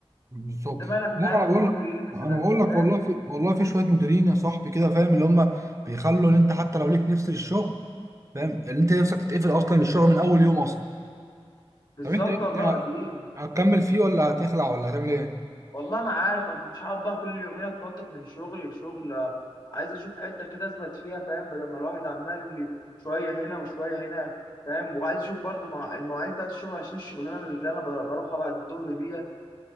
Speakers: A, on the right; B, on the left.
A: بالظبط
B: انت مالك انت
A: لا
B: عارف
A: ما انا
B: ظروفي
A: بقول لك
B: ايه مثلا
A: انا بقول لك
B: فاهم
A: والله في والله في شويه مديرين يا صاحبي كده فاهم اللي هم بيخلوا ان انت حتى لو ليك نفس الشغل فاهم اللي انت نفسك تتقفل اصلا للشغل من اول يوم اصلا
B: بالظبط
A: طب انت ايه انت
B: والله العظيم
A: هتكمل فيه ولا هتخلع ولا هتعمل ايه؟
B: والله ما عارف أنا مش هقعد بقى كل يومين اتنطط من شغل لشغل آه، عايز اشوف حته كده اثبت فيها فاهم بدل ما الواحد عمال لي شويه هنا وشويه هنا فاهم وعايز اشوف برضو مع المواعيد بتاعت الشغل عشان الشغلانه اللي انا بر- بروحها بعد الظهر ديت